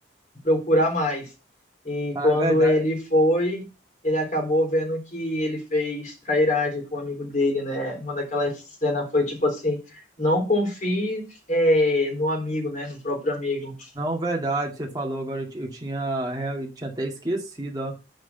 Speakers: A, on the left; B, on the right.
A: procurar mais. E
B: ah,
A: quando
B: é verdade.
A: ele foi, ele acabou vendo que ele fez trairagem com o amigo dele, né? Uma daquelas cenas foi tipo assim, não confie é, no amigo, né? No próprio amigo.
B: Não, verdade, você falou agora, eu, ti- eu tinha, real- eu tinha até esquecido, ó.